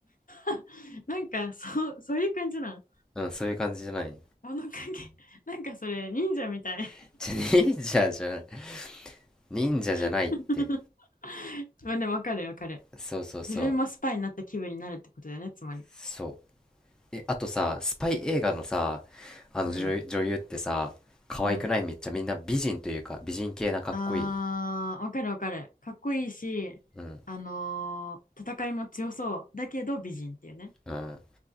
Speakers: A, on the left; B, in the centre.
A: <laughs> なんかそうそういう感じなん
B: うん、そういう感じじゃない。
A: 物陰 <laughs> なんかそれ忍者みたい
B: <laughs> じゃ、忍者じゃない。忍者じゃないって。
A: <laughs> まあでもわかるわかる
B: そうそうそう。
A: 自分もスパイになった気分になるってことだよねつまり
B: そう。え、あとさ、スパイ映画のさ、あの女、
A: うん
B: 女優ってさ、可愛くないめっちゃみんな美人というか、
A: うん
B: 美人系なかっこいい。
A: あーわかるわかるかっこいいし
B: うん。
A: あのー戦いも強そうだけど美人っていうね
B: うん。